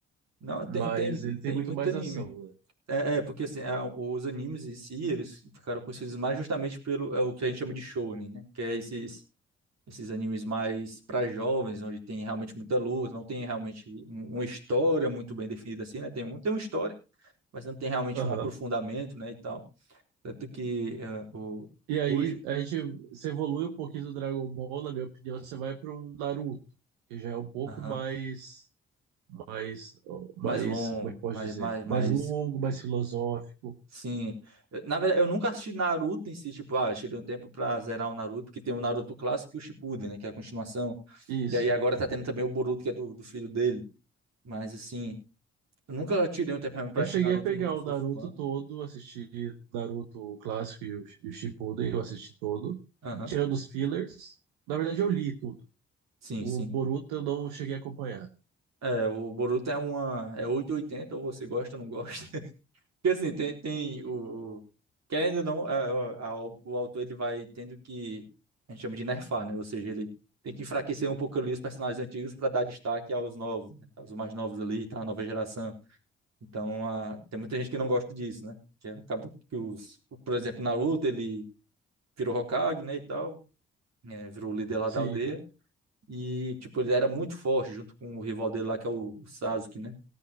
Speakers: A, on the right; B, on the right.
A: Não,
B: mas
A: tem, tem,
B: ele tem
A: tem
B: muito
A: muito
B: mais
A: anime.
B: ação, né?
A: É, é, porque assim, a- os animes em si, eles ficaram conhecidos mais justamente pelo é, o que a gente chama de shounen, né? Que é esses, esses animes mais para jovens, onde tem realmente muita luta, não tem realmente um- uma história muito bem definida assim, né? Tem, um, tem uma história, mas não tem realmente
B: Aham.
A: um aprofundamento, né, e tal. Tanto que é, o,
B: E aí,
A: hoje,
B: a gente se evolui um pouquinho do Dragon Ball, na minha opinião, você vai para um Naruto, que já é um pouco
A: Aham.
B: mais, mais, mais,
A: mais longo,
B: como é que posso
A: mais,
B: dizer?
A: mais, mais
B: Mais longo, mais filosófico,
A: Sim. Eu- Na verdade, eu nunca assisti Naruto em si, tipo, ah, eu tirei um tempo pra zerar o Naruto, porque tem o Naruto clássico e o Shippuden, né, que é a continuação.
B: Isso.
A: E aí agora tá tendo também o Boruto, que é do, do filho dele. Mas, assim, eu nunca tirei um tempo realmente pra
B: Eu
A: assistir
B: cheguei
A: Naruto,
B: a pegar
A: nunca
B: o
A: fui
B: Naruto
A: fã.
B: todo, assisti Naruto o clássico e o, e o Shippuden, eu assisti todo,
A: Aham.
B: tirando os fillers. Na verdade, eu li tudo.
A: Sim,
B: O
A: sim.
B: Boruto eu não cheguei a acompanhar.
A: É, o Boruto é uma... é oitocentos e oitenta ou você gosta ou não gosta. Porque assim, tem, tem o, o- Querendo ou não, a- a- o o autor ele vai tendo que. A gente chama de nerfar, né? Ou seja, ele tem que enfraquecer um pouco ali os personagens antigos para dar destaque aos novos, né? Aos mais novos ali, tá? A nova geração. Então, a- tem muita gente que não gosta disso, né? Que acaba que os. Por exemplo, Naruto, ele virou Hokage, né? E tal. né, virou o líder lá
B: Sim,
A: da aldeia. E, tipo, ele era muito forte junto com o rival dele lá, que é o o Sasuke, né?